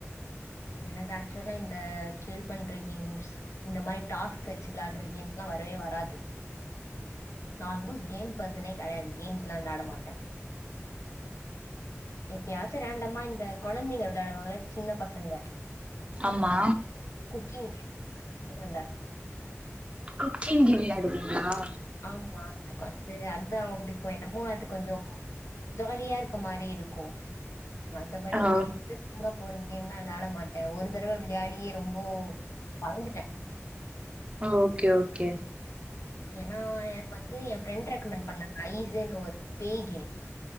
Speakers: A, on the left; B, on the right.
A: எனக்கு ஆக்சுவலா இந்த கில் பண்ற கேம்ஸ் இந்த மாரி டாஸ் கட்சு வெளாடுற கேம்ஸ் ல்லா வரவே வராது நு ஆல்மோஸ்ட் கேம் பெர்சனே கெடையாது கேம்ஸ்லா வெளாட மாட்டே எப்பயாச்சு ரேண்டமா இந்த கொழந்தைங்க வெளாடுவாங்கள சின்ன பசங்க
B: ஆமா
A: குக்கிங் கேம் இது ரன்டான்
B: குக்கிங் கேம் விளையாடுவீங்களா
A: ஆமா எனக்கு வந்து அதுதா ரொம்ப பிடிக்கு என்னமோ அது கொஞ்சோ ஜாலியா இருக்க மாரி இருக்கு மத்தபடி
B: ஆ
A: இந்த இன் இன்ட்ரெஸ்டிங்கா போற கேம்னா வெளையாட மாட்டே ஒரு தடவ வெளையாடியே ரொம்போ பயந்துட்டே
B: ஓகே ஓகே
A: ஏனா எனக் வந்து எ ஃப்ரெண்ட் ரெக்கமெண்ட் பண்ணா ஐஸேன்னு ஒரு பேய் கேம்